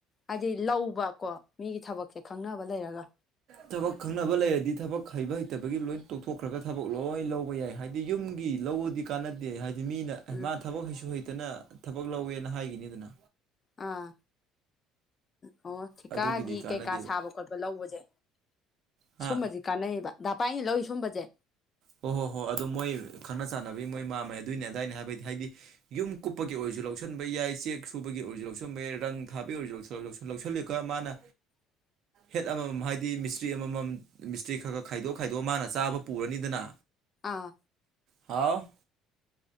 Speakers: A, on the left (about 30°); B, on the right (about 60°).
A: ꯍꯥꯏꯗꯤ ꯂꯧꯕꯀꯣ ꯃꯤꯒꯤ ꯊꯕꯛꯁꯦ ꯈꯪꯅꯕ ꯂꯩꯔꯒ
B: ꯊꯕꯛ ꯈꯪꯅꯕ ꯂꯩꯔꯗꯤ ꯊꯕꯛ ꯍꯩꯕ ꯍꯩꯇꯕꯒꯤ ꯂꯣꯏ ꯇꯣꯛꯊꯣꯛꯈ꯭ꯔꯒ ꯊꯕꯛ ꯂꯣꯏ ꯂꯧꯕ ꯌꯥꯏ ꯍꯥꯏꯗꯤ ꯌꯨꯝꯒꯤ ꯂꯧꯕꯗꯤ ꯀꯥꯟꯅꯗꯦ ꯍꯥꯏꯗꯤ ꯃꯤꯅ
A: ꯎꯝ
B: ꯃꯥ ꯊꯕꯛ ꯍꯩꯁꯨ ꯍꯩꯇꯅ ꯊꯕꯛ ꯂꯧꯋꯦꯅ ꯍꯥꯏꯒꯤꯅꯤꯗꯅ
A: ꯑꯥ ꯑꯣ ꯊꯤꯀꯥꯒꯤ
B: ꯑꯗꯨꯒꯤꯗꯤ ꯀꯥꯟꯅꯗꯦꯕ
A: ꯀꯩꯀꯥ ꯁꯥꯕ ꯈꯣꯠꯄ ꯂꯧꯕꯁꯦ
B: ꯍꯥ
A: ꯁꯨꯝꯕꯁꯤ ꯀꯥꯟꯅꯩꯌꯦꯕ ꯗꯥ ꯄꯥꯏꯅ ꯂꯧꯔꯤ ꯁꯨꯝꯕꯁꯦ
B: ꯍꯣ ꯍꯣ ꯍꯣ ꯑꯗꯨ ꯃꯣꯏ ꯈꯪꯅ ꯆꯥꯟꯅꯕꯒꯤ ꯃꯣꯏ ꯃꯝꯃꯩ ꯑꯗꯨꯏꯅꯦ ꯑꯗꯥꯏꯅꯦ ꯍꯥꯏꯕꯩꯗꯤ ꯍꯥꯏꯗꯤ ꯌꯨꯝ ꯀꯨꯞꯄꯒꯤ ꯑꯣꯏꯔꯁꯨ ꯂꯧꯁꯤꯟꯕ ꯌꯥꯏ ꯆꯦꯛ ꯁꯨꯕꯒꯤ ꯑꯣꯏꯔꯁꯨ ꯂꯧꯁꯤꯟꯕ ꯌꯥꯏ ꯔꯪ ꯊꯥꯕꯒꯤ ꯑꯣꯏꯔꯁꯨ <unintelligible> ꯂꯧꯁꯜꯂꯤꯒ ꯃꯥꯅ
A: <inaudible>
B: ꯍꯦꯠ ꯑꯃꯃꯝ ꯍꯥꯏꯗꯤ ꯃꯤꯁꯇ꯭ꯔꯤ ꯑꯃꯃꯝ ꯃꯤꯁꯇ꯭ꯔꯤ ꯈꯒ ꯈꯥꯏꯗꯣꯛꯑ ꯈꯥꯏꯗꯣꯛꯑ ꯃꯥꯅ ꯆꯥꯕ ꯄꯨꯔꯅꯤꯗꯅ
A: ꯑꯥ
B: ꯍꯥꯥꯎ